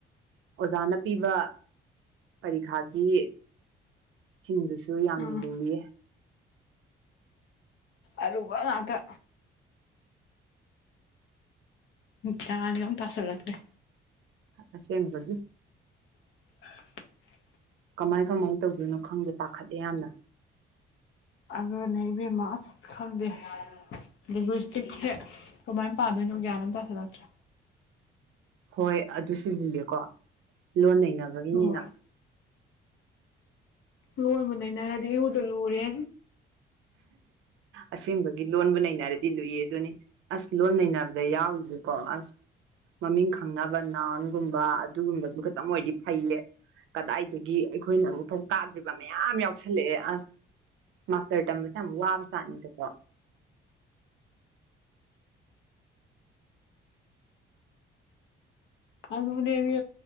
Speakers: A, on the right; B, on the left.
A: ꯑꯣꯖꯥꯅ ꯄꯤꯕ ꯄꯔꯤꯈꯥꯒꯤ ꯁꯤꯡꯗꯨꯁꯨ ꯌꯥꯝ
B: ꯑꯥ
A: ꯂꯨꯏꯌꯦ
B: ꯑꯔꯨꯕ ꯉꯥꯛꯇ ꯒꯌ꯭ꯥꯟꯒꯥ ꯑꯝ ꯇꯥꯁꯜꯂꯛꯇ꯭ꯔꯦ
A: ꯑꯁꯦꯡꯕꯒꯤ
B: <unintelligible>
A: ꯀꯃꯥꯏ ꯀꯃꯥꯏ ꯇꯧꯗꯣꯏꯅꯣ ꯈꯪꯗꯦ ꯄꯥꯈꯠꯂꯦ ꯌꯥꯝꯅ
B: ꯑꯗꯨꯅꯦ ꯏꯕꯦꯝꯃ ꯑꯁ ꯈꯪꯗꯦ ꯂꯦꯡꯒꯨ꯭ꯌꯁꯇꯤꯛꯁꯦ ꯀꯃꯥꯏꯅ ꯄꯥꯗꯣꯏꯅꯣ ꯒ꯭ꯌꯥꯟ ꯑꯝ ꯇꯥꯥꯁꯤꯟꯂꯛꯇ꯭ꯔꯦ
A: ꯍꯣꯏ ꯑꯗꯨꯁꯨ ꯂꯨꯏꯌꯦꯀꯣ ꯂꯣꯟ ꯅꯩꯅꯕꯒꯤꯅꯤꯅ
B: ꯍꯣꯏ ꯂꯣꯟꯕꯨ ꯅꯩꯅꯔꯗꯤ ꯏꯔꯨꯗ ꯂꯨꯔꯦ
A: ꯑꯁꯦꯡꯕꯒꯤ ꯂꯣꯟꯕꯨ ꯅꯩꯅꯔꯗꯤ ꯂꯨꯏꯌꯦꯗꯨꯅꯤ ꯑꯁ ꯂꯣꯟ ꯅꯩꯅꯕꯗ ꯌꯥꯎꯔꯤꯁꯀꯣ ꯑꯁ ꯃꯃꯤꯡ ꯈꯪꯅꯕ ꯅꯥꯎꯟꯒꯨꯝꯕ ꯑꯗꯨꯒꯨꯝꯕꯗꯨ ꯈꯛꯇꯡ ꯑꯣꯏꯔꯗꯤ ꯐꯩꯌꯦ ꯀꯗꯥꯏꯗꯒꯤ ꯑꯩꯈꯣꯏꯅ ꯑꯃꯨꯛꯐꯥꯎ ꯇꯥꯗ꯭ꯔꯤꯕ ꯃꯌꯥꯝ ꯌꯥꯎꯁꯜꯂꯛꯑꯦ ꯑꯁ ꯃꯥꯁꯇꯔ ꯇꯝꯕꯁꯦ ꯌꯥꯝ ꯋꯥꯕ ꯖꯥꯠꯅꯤꯗꯀꯣ
B: ꯑꯗꯨꯅꯦꯃꯤ